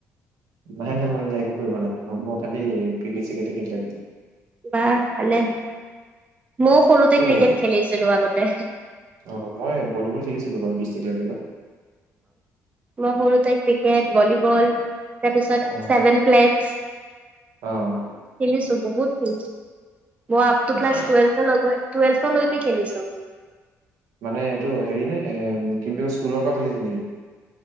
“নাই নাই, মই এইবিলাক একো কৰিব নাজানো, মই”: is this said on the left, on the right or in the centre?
Right